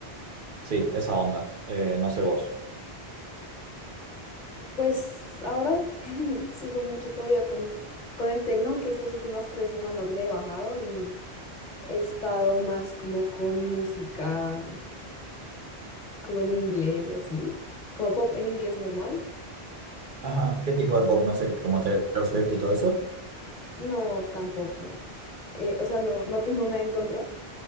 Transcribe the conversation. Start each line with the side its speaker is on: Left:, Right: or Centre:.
Right: sí, esa onda. Eh, no sé vos.
Left: Pues ahora <laughs> sigo mucho todavía con, con el tecno, aunque estas últimas tres semanas le he bajado y he estado más como con música, como en inglés y así, como pop en inglés normal.
Right: Ajá, ¿qué tipo de pop? No sé, como Taylor Swift y todo eso.
Left: No, tampoco. Eh, o sea, no, no tengo nada en contra,